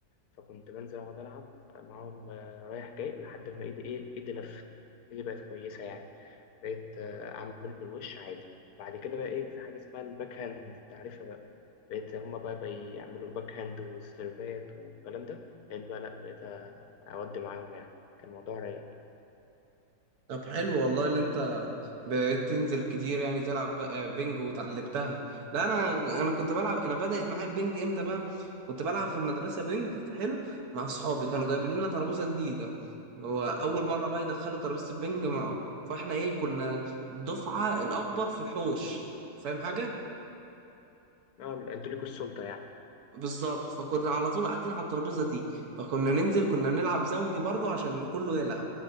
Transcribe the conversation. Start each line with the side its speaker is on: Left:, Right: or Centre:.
Left: فكنت بنزل أقعد ألعب معاهم آه، رايح جاي لحد ما إيدي إيه إيدي لفت إيدي بقت كويسة يعني بقيت آه، أعمل بالوش عادي بعد كده بقى إيه في حاجة اسمها الباك هاند أنت عارفها بقى بقيت هما بقى بيعملوا باك هاند وسيرفات والكلام ده بقيت بقى لأ بقيت آه، أودي معاهم يعني كان الموضوع رايق
Right: طب حلو والله اللي انت بقيت تنزل كتير يعني تلعب ب- آه، بينج وتعلمتها لا انا انا كنت بلعب انا بدأت معايا البينج امتى بقى كنت بلعب في المدرسة بينج حلو مع اصحابي كانوا جايبين لنا ترابيزة جديدة هو اول مرة بقى يدخلوا ترابيزة البينج مع... فاحنا ايه كنا الدفعة الاكبر في الحوش فاهم حاجة
Left: آه، أنتوا ليكوا السلطة يعني
Right: بالظبط فكنا على طول قاعدين على الترابيزه دي فكنا ننزل كنا بنلعب زوجي برضو عشان كله يلعب